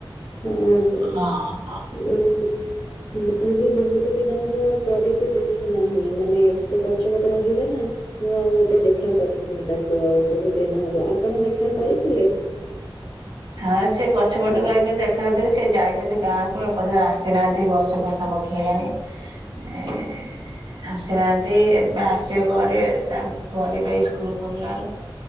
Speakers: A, on the left (about 75°); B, on the right (about 60°).
A: ହଁହୋ
B: ହଁ। ହଁ
A: ଉ ମୁଁ ବି ବହୁତ ଦିନ ହବ ପରୀକୁ ଦେଖି ନାହିଁ ମାନେ ସେ ପଛ ପଟେ ରହିଲେ ନା। ମୁଁ ଆଉ ଏତେ ଦେଖା କରିିବିନି ତାକୁ ଆଉ ବହୁତ ଦିନ ହବ ଆପଣ ଦେଖା କରିଥିଲେ।
B: ହଁ ସେ ପଛ ପଟେ ରହିଛନ୍ତି ଦେଖାକରିଥିଲି ସେ ଯାଇଛନ୍ତି ଗାଁକୁ ଏପର୍ଯ୍ୟନ୍ତ ଆସିନାହାନ୍ତି ବର୍ଷ ପା ଖାମ ଖିଆ ହେଲାଣି ଏ ଆସିନାହାନ୍ତି ଏବେ ଆସିବେ କଣ କରିବେ ତା ପରିର ର ସ୍କୁଲ ଖୋଲିଲାଣି।